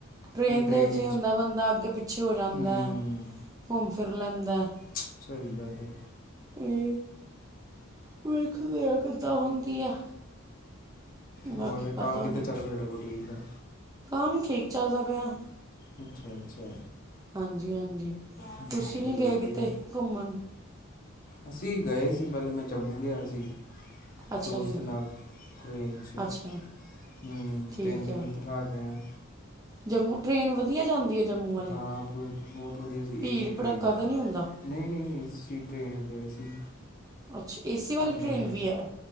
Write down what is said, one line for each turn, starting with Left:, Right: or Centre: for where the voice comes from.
Right: ਟਰੇਨ
Left: ਫਿਰ ਟ੍ਰੇਨ
Right: ਦੇ ਵਿੱਚ ਇਹ ਹੁੰਦਾ। ਬੰਦਾ ਅੱਗੇ ਪਿੱਛੇ ਹੋ ਜਾਂਦਾ।
Left: ਹੂੰ
Right: ਘੁੰਮ ਫਿਰ ਲੈਂਦਾ।
Left: ਸਹੀ ਗੱਲ ਏ।
Right: ਹੂੰ। ਵੇਖਦਿਆਂ ਕਿੱਦਾਂ ਹੁੰਦੀ ਆ। ਬਾਕੀ
Left: ਹੋਰ
Right: ਪਤਾ
Left: ਕੰਮ ਕਿੱਦਾਂ
Right: ਨਹੀਂ
Left: ਚੱਲ ਤੁਹਾਡਾ ਬੂਟਿਕ ਦਾ?
Right: ਕੰਮ ਠੀਕ ਚੱਲਦਾ ਪਿਆ।
Left: ਅੱਛਾ ਅੱਛਾ।
Right: ਹਾਂਜੀ ਹਾਂਜੀ।
Left: ਹਮ,
Right: ਤੁਸੀਂ
Left: ਚਲੋ
Right: ਨੀ ਗਏ
Left: ਵਧੀਆ
Right: ਕਿਤੇ ਘੁੰਮਣ?
Left: ਅਸੀਂ ਗਏ ਸੀ ਪਹਿਲੇ, ਮੈਂ ਜੰਮੂ ਗਿਆ ਹੋਇਆ ਸੀ।
Right: ਅੱਛਾ
Left: ਦੋਸਤ
Right: ਜੀ
Left: ਨਾਲ ਟਰੇਨ 'ਚ,
Right: ਅੱਛਾ
Left: ਹੂੰ
Right: ਠੀਕ
Left: ਤਿੰਨ ਦਿਨ
Right: ਹੈ
Left: ਉੱਥੇ ਲਾ ਕੇ ਆਏ।
Right: ਜੰਮੂ ਟ੍ਰੇਨ ਵਧੀਆ ਜਾਂਦੀ ਹੈ ਜੰਮੂ ਵਾਲੀ।
Left: ਹਾਂ ਬ- ਬ- ਬਹੁਤ ਵਧੀਆ ਸੀ
Right: ਭੀੜ-
Left: ਏਸੀ ਟ੍ਰੇਨ
Right: ਭੜੱਕਾ ਤਾਂ ਨਹੀਂ ਹੁੰਦਾ।
Left: ਨਹੀਂ- ਨਹੀਂ ਅਸੀਂ ਟ੍ਰਰੇਨ ਗਏ ਸੀ।
Right: ਅੱਛਾ। ਏਸੀ ਵਾਲੀ
Left: ਹੂੰ
Right: ਟ੍ਰੇਨ ਵੀ ਹੈ।